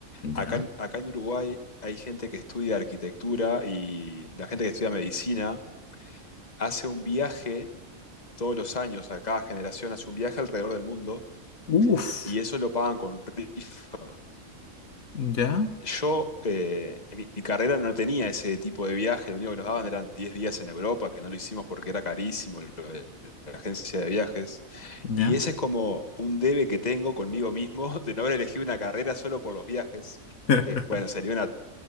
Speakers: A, on the left; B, on the left.
A: Acá
B: ya.
A: en, acá en Uruguay hay gente que estudia arquitectura y la gente que estudia medicina hace un viaje todos los años, a cada generación hace un viaje alrededor del mundo
B: Uf,
A: y eso lo pagan con rifas.
B: ya,
A: Yo, eh, mi, mi carrera no tenía ese tipo de viaje, lo único que nos daban eran 10 días en Europa, que no lo hicimos porque era carísimo lo de la agencia de viajes. Y
B: ya.
A: ese es como un debe que tengo conmigo mismo <laughs> de no haber elegido una carrera solo por los viajes,
B: <laughs>
A: que bueno, sería una,